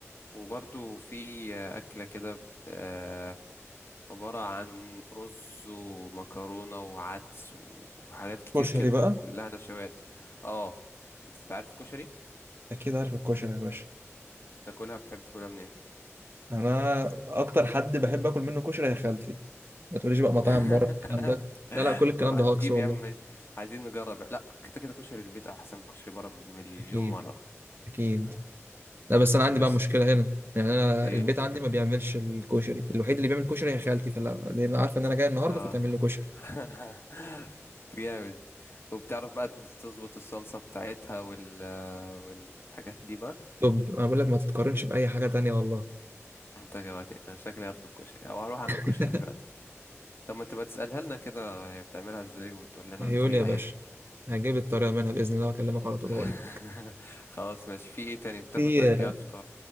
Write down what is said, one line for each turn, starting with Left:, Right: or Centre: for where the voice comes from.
Left: وبرضو في أكلة كده آه، عبارة عن رز ومكرونة وعدس وحاجات كتير
Right: كشري
Left: كده
Right: بقى
Left: كلها نشويات اه انت عارف الكشري
Right: اكيد عارف الكشري يا باشا
Left: تاكلها بتحب تاكلها منين
Right: انا اكتر حد بحب اكل منه كشري هي خالتي ما تقوليش بقى مطاعم
Left: <laughs>
Right: بره الكلام ده لا لا كل الكلام
Left: طبعا
Right: ده
Left: تجيب
Right: هاكس والله
Left: يا عم عايزين نجرب لا كده كده كشري البيت احسن من كشري بره بمليون
Right: اكيد
Left: مرة
Right: اكيد لا بس انا عندي
Left: بس
Right: بقى مشكله هنا يعني انا
Left: ايه
Right: البيت
Left: المشكلة
Right: عندي ما بيعملش الكشري الوحيد اللي بيعمل كشري هي خالتي فلا دي ما عارفه ان انا جاي النهارده
Left: اه
Right: فتعمل لي كشري
Left: <laughs> جامد وبتعرف بقى تظبط الصلصة بتاعتها وال والحاجات دي بقى
Right: طب انا بقول لك ما تتقارنش باي حاجه تانية والله
Left: انت جوعتني انا شكلي هطلب كشري او هروح اعمل
Right: <laughs>
Left: كشري دلوقتي طب ما تبقى تسألها لنا كده هي بتعملها ازاي وتقول لنا
Right: عيوني
Left: الطريقة
Right: يا باشا
Left: يعني
Right: هجيب الطريقه منها باذن الله واكلمك على طول
Left: <laughs>
Right: هقول لك
Left: خلاص ماشي في ايه تاني بتاكل
Right: في
Left: طيب ايه على الفطار